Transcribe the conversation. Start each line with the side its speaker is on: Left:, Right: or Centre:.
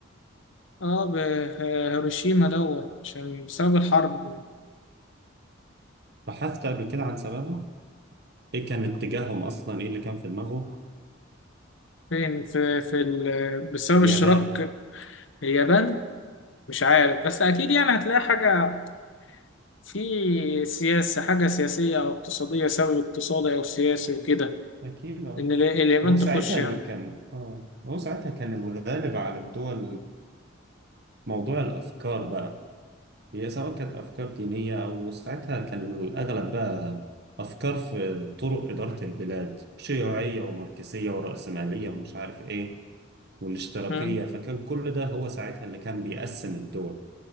Left: اه بهيروشيما دوت عشان بسبب الحرب
Right: بحثت قبل كده عن سببها ايه كان اتجاههم اصلا ايه اللي كان في دماغه
Left: فين في في ال... بسبب
Right: اليابان
Left: اشتراك اليابان مش عارف بس اكيد يعني هتلاقي حاجه في سياسه حاجه سياسيه او اقتصاديه سبب اقتصادي او سياسي وكده
Right: أكيد اه
Left: ان ال- اليابان
Right: هو ساعتها
Left: تخش يعني
Right: اللي كان اه هو ساعتها كان الغالب على الدول موضوع الأفكار بقى هي سواء كانت أفكار دينية أو ساعتها كان الأغلب بقى أفكار في طرق إدارة البلاد شيوعية وماركسية ورأسمالية ومش عارف إيه والاشتراكية
Left: مم.
Right: فكان كل ده هو ساعتها اللي كان بيقسم الدول